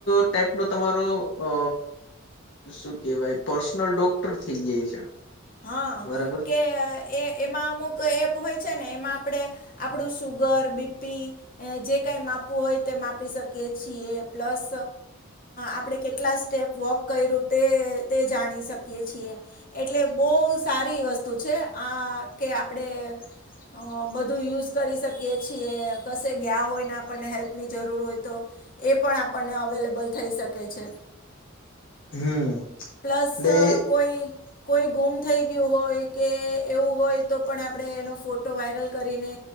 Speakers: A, on the left; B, on the left.
A: ટાઈપનો તમારો અ શું કેવાય પર્સનલ ડોક્ટર થઇ જાય છે
B: હા
A: બરાબર
B: કે એ એમાં અમુક એપ હોય છે ને એમાં આપણે આપણું સુુગર બીપી જે કાંઈ માપવું હોય તે માપી શકીએ છીએ પ્લસ આપણે કેટલા સ્ટેપ વોક કર્યું તે તે જાણી શકીએ છીએ એટલે બહ સારી વસ્તુ છે આ કે આપડે અ બધું યુઝ કરી શકીએ છીએ કશે ગયા હોય ને આપણને હેલ્પની જરૂર હોય તો એ પણ આપણને અવેલેબલ થઈ શકે છે
A: હમ
B: પ્લસ
A: એટલે
B: કોઈ કોઈ ગુમ થ ગયું હોય કે એવું હોય તો પણ આપણે એનો ફોટો વાયરલ કરીને